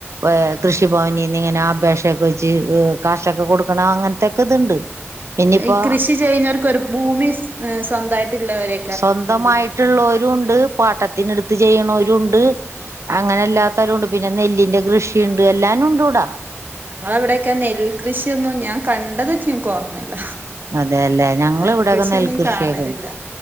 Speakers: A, on the right (about 75°); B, on the right (about 45°).
A: ഏഹ്
B: ആഹ്
A: കൃഷിഭവനിന്ന് ഇങ്ങനെ അപേക്ഷ. <unintelligible> വെച്ച് കാശൊക്കെ കൊടുക്കണ അങ്ങനത്തൊക്കെ ഇതുണ്ട്. പിന്നിപ്പോ
B: ഈ കൃഷി ചെയ്യുന്നവർക്ക് ഒരു ഭൂമി സ്വന്തമായിട്ടില്ലവരെ.
A: സ്വന്തമായിട്ടുള്ളോരും ഉണ്ട് പാട്ടത്തിനെടുത്ത് ചെയ്യണവരും ഉണ്ട്. അങ്ങനല്ലാത്തവരുണ്ട് പിന്നെ നെല്ലിന്റെ കൃഷിയുണ്ട് എല്ലാനും ഉണ്ട്വ്ടാ.
B: ഞങ്ങളവിടെയൊക്കെ നെൽകൃഷിയൊന്നും ഞാൻ കണ്ടതായിട്ടും നിക്ക് ഓർമല്ല.
A: അതെല്ലേ ഞങ്ങള്
B: നെൽകൃഷിയൊന്നും
A: ഇവിടെയൊക്കെ നെൽകൃഷിയൊക്കെ
B: കാണലില്ല
A: ഉണ്ട്